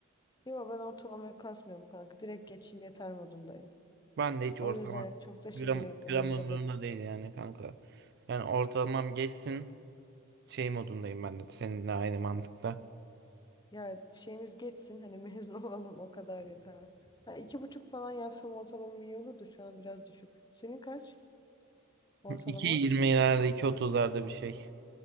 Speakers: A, on the left; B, on the right.
A: Yok ben ortalamaya kasmıyorum kanka. Direkt geçeyim yeter modundayım.
B: Ben de hiç
A: O
B: ortalama
A: yüzden çok da şeyim
B: gram,
A: yok umurumda
B: gram umurumda
A: değil.
B: değil yani kanka. Yani ortalamam geçsin şey modundayım ben de seninle aynı mantıkta.
A: Ya şeyimiz geçsin hani <laughs> mezun olalım o kadar yeter. Ha, iki buçuk falan yapsam ortalamam iyi olurdu şu an biraz düşük. Senin kaç ortalaman?
B: <laughs> iki yirmilerde iki otuzlarda bir şey.